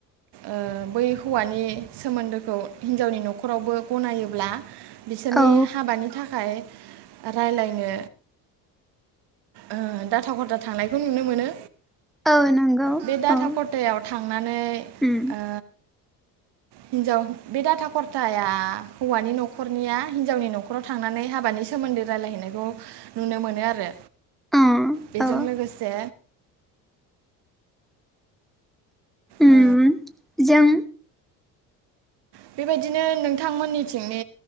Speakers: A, on the right; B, in the centre.
A: ओ बै हौवानि सोमोनदोखौ हिनजावनि न'खरावबो गनायोब्ला बिसोरनि
B: औ
A: हाबानि थाखाय रायलायनो ओ दाथा खथा थांनायखौ नुनो मोनो
B: औ नंगौ
A: बे दाथा
B: औ
A: ख'थायाव थांनानै
B: उम
A: ओ हिनजाव बे दाटा खर्ताया हौवानि न' खरनिया हिनजावनि न'खराव थांनानै हाबानि सोमोनदो रायलायहैनायखौ नुनो मोनो आरो।
B: अ
A: बेजों
B: औ
A: लोगोसे
B: उम
A: ओ
B: जों
A: बेबायदिनो नोंथांमोननिथिंनि